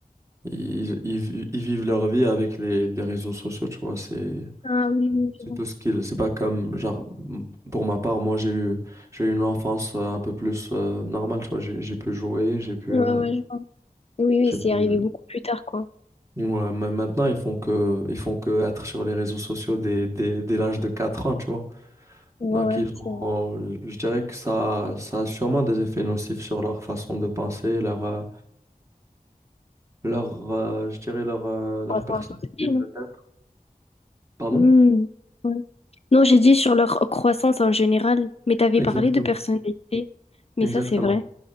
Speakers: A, on the right; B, on the left.
A: euh, ils, ils, vi- ils vivent leur vie avec les, les réseaux sociaux, tu vois, c'est,
B: Ah oui, oui,
A: c'est
B: je vois.
A: tout ce qu'ils, c'est pas comme, genre, m- pour ma part, moi, j'ai eu, j'ai eu une enfance euh, un peu plus euh, normale, tu vois, j'ai, j'ai pu jouer, j'ai pu, euh,
B: Ouais, ouais, je vois. Oui, oui,
A: j'ai
B: c'est
A: pu,
B: arrivé beaucoup plus tard, quoi.
A: Ouais, mais maintenant, ils font que, ils font que être sur les réseaux sociaux dès, dès, dès l'âge de 4 ans, tu vois.
B: Ouais,
A: Donc, ils
B: c'est vrai.
A: ont, je dirais que ça, ça a sûrement des effets nocifs sur leur façon de penser, leur, euh, leur, euh, je dirais leur, euh, leur
B: Croissance
A: personnalité,
B: aussi,
A: peut-être.
B: non?
A: Pardon?
B: Hmm. Ouais. Non, j'ai dit sur leur croissance en général, mais t'avais
A: Exactement.
B: parlé de personnalité. Mais
A: Exactement.
B: ça, c'est vrai.